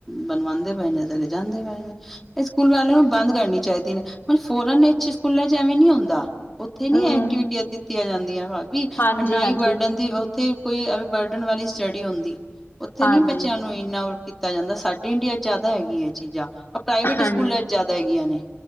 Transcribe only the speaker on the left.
ਹਮ
ਹਾਂਜੀ
ਹਾਂਜੀ
ਹਾਂਜੀ
ਹਾਂਜੀ
ਹਾਂਜੀ